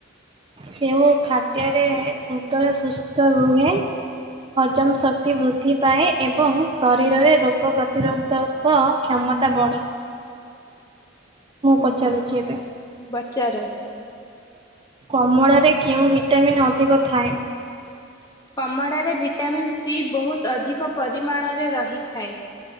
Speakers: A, on the right; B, on the left.
A: ସେଓ ଖାଦ୍ୟରେ ହୃଦୟ ସୁସ୍ଥ ରୁହେ। ହଜମ ଶକ୍ତି ବୃଦ୍ଧି ପାଏ ଏବଂ ଶରୀରରେ ରୋଗ ପ୍ରତିରୋଧକ କ୍ଷମତା ବଢେ।
B: ଉଁ
A: ପଚାରୁଛି
B: ହୁଁ
A: ଏବେ
B: ବଚାର।
A: କମଳାରେ କେଉଁ ଭିଟାମିନ୍ ଅଧିକ ଥାଏ?
B: କମଳାରେ ଭିଟାମିନ୍ ସି ବହୁତ୍ ଅଧିକ ପରିମାଣରେ ରହିଥାଏ।